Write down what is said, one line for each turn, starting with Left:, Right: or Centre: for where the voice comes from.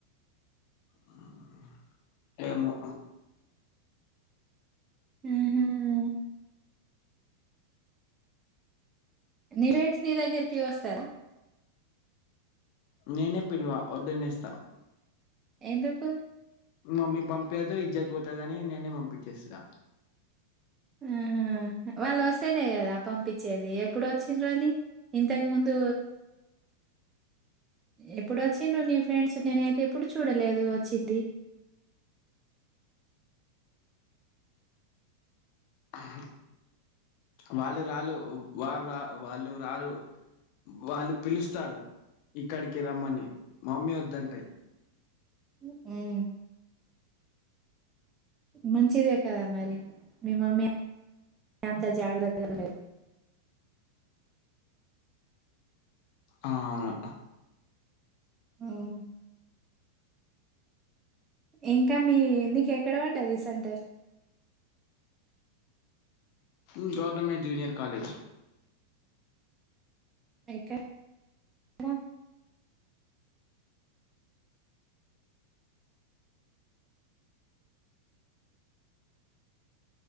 Left: మ్మ్ ఏమో
Right: హ్మ్ మ్మ్ నీ రెండ్స్ నీ దగ్గరికి వస్తరా
Left: నేనే పిల్వా వద్దనేస్త
Right: ఎందుకు
Left: మమ్మీ పంపియదు ఇజ్జత్ పోతదనీ నేనే పంపించేస్తా
Right: ఆ హా వాళ్ళు వస్తేనే కదా పంపించేది, ఎప్పుడు వచ్చిండ్రని ఇంతకు ముందు ఎప్పుడు వచ్చిండ్రు నీ ఫ్రెండ్స్ నేనైతే ఎప్పుడు చూడలేదు వచ్చింది.
Left: హ్మ్ హు వాళ్ళు రాళు వారు రా వాళ్ళు రారు వాళ్ళు పిలుస్తారు ఇక్కడికి రమ్మని. మమ్మీ వద్దంటయి
Right: హ్మ్ మంచిదే కదా మరి మీ మమ్మీ అంత జాగ్రత్తగా లే
Left: ఆ అవును
Right: హ్మ్ ఇంక మీ నీకు ఎక్కడ వడ్డది సెంటర్
Left: హ్మ్ గవర్నమెంట్ జూనియర్ కాలేజ్
Right: ఎక డ